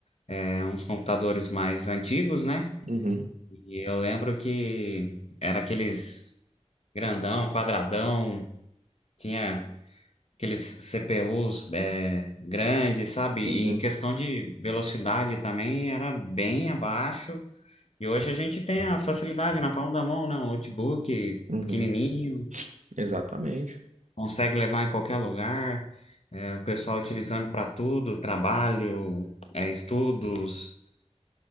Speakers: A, on the left (about 60°); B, on the right (about 85°).
A: é, uns computadores mais antigos, né?
B: Uhum,
A: E eu lembro que era aqueles grandão, quadradão, tinha aqueles CPUs é, grandes, sabe? E
B: uhum,
A: em questão de velocidade também era bem abaixo. E hoje a gente tem a facilidade na palma da mão, né? Um notebook
B: uhum,
A: pequenininho.
B: exatamente.
A: Consegue levar em qualquer lugar, é, o pessoal utilizando para tudo, trabalho, é, estudos,